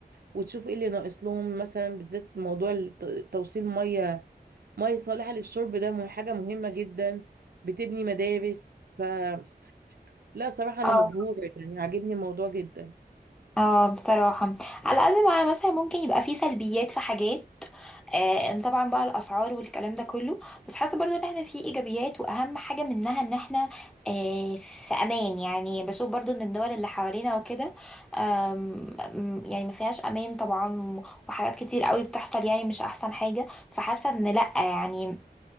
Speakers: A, on the right; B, in the centre.
A: وتشوف ايه اللي ناقص لهم مثلا بالذات موضوع الت- توصيل مية مية صالحة للشرب ده مه- حاجة مهمة جدا بتبني مدارس فلا صراحة أنا
B: اه
A: مبهورة يعني عاجبني الموضوع جدا
B: اه بصراحة على قد ما مثلا ممكن يبقى فيه سلبيات في حاجات آه إن طبعا بقى الأسعار والكلام ده كله بس حاسة برضو ان احنا فيه ايجابيات واهم حاجة منها ان احنا آه في امان يعني بشوف برضو ان الدول اللي حوالينا وكده آم، م- يعني ما فيهاش امان طبعا و- وحاجات كتير قوي بتحصل يعني مش احسن حاجة فحاسة ان لأ يعني